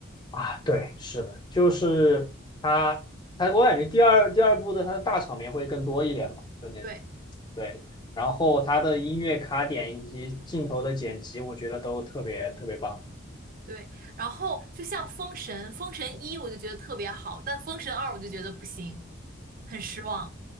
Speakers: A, on the left (about 20°); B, on the right (about 45°).
A: 啊，对，是的，就是他，他，我感觉第二第二部的他的大场面会更多一点吧，就那种，
B: 对
A: 对，然后他的音乐卡点以及镜头的剪辑，我觉得都特别特别棒。
B: 对，然后就像封神，封神一我就觉得特别好，但封神二我就觉得不行，很失望。